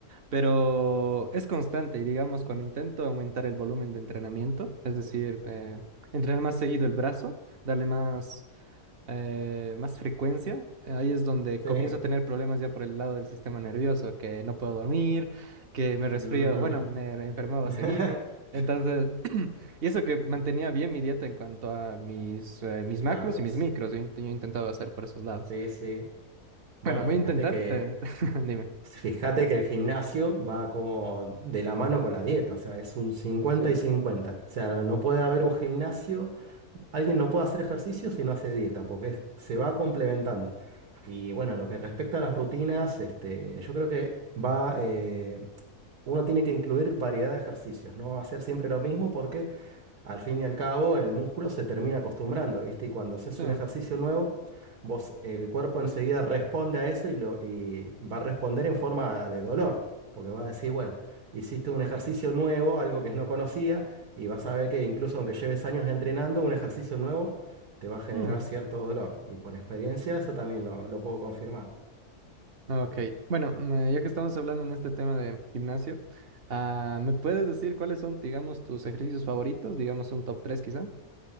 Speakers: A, on the right (about 55°); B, on the right (about 90°).
A: pero es constante y digamos cuando intento aumentar el volumen de entrenamiento, es decir, eh, entrenar más seguido el brazo, darle más eh, más frecuencia, eh, ahí es donde
B: Sí.
A: comienzo a tener problemas ya por el lado del sistema nervioso, que no puedo dormir, que me resfrío,
B: Ujú.
A: bueno, me enfermaba
B: <laughs>
A: seguido. Entonces, <clears throat> y eso que mantenía bien mi dieta en cuanto a mis, eh, mis
B: Claro,
A: macros y mis
B: sí.
A: micros, yo, int- yo intentaba hacer por esos lados.
B: Sí, sí. Bueno,
A: Bueno, voy
B: fíjate
A: a intentar,
B: que
A: te- <laughs> dime.
B: Fíjate que el gimnasio va como de la mano con la dieta, o sea, es un cincuenta
A: Sí.
B: y cincuenta O sea, no puede haber un gimnasio, alguien no puede hacer ejercicio si no hace dieta, porque es- se va complementando. Y bueno, lo que respecta a las rutinas, este, yo creo que va, eh, uno tiene que incluir variedad de ejercicios, no hacer siempre lo mismo porque al fin y al cabo el músculo se termina acostumbrando, ¿viste? Y cuando haces
A: Sí.
B: un ejercicio nuevo, vos, el cuerpo enseguida responde a eso y, lo, y va a responder en forma de dolor, porque va a decir, bueno, hiciste un ejercicio nuevo, algo que no conocía, y vas a ver que incluso aunque lleves años entrenando, un ejercicio nuevo te va a generar
A: Mm,
B: cierto dolor. Y por experiencia eso también lo, lo puedo confirmar.
A: ok, bueno, eh, ya que estamos hablando en este tema de gimnasio, ah, ¿me puedes decir cuáles son, digamos, tus ejercicios favoritos? Digamos un top 3 quizá.